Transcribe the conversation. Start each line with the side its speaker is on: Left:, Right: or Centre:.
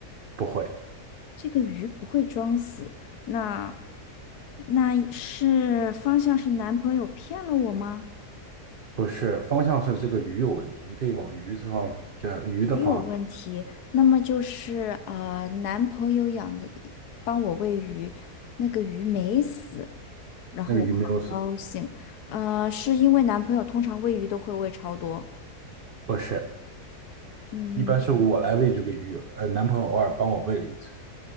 Right: 不会，
Left: 这个鱼不会装死，那那是方向是男朋友骗了我吗？
Right: 不是，方向是这个鱼有问题，你可以往鱼这方，这鱼的方向去。
Left: 鱼有问题，那么就是呃，男朋友养的，帮我喂鱼，那个鱼没死，然后我很高兴，
Right: 那个鱼没有死，
Left: 呃，是因为男朋友通常喂鱼都会喂超多，
Right: 不是，
Left: 嗯，
Right: 一般是我来喂这个鱼，呃，男朋友偶尔帮我喂了一次，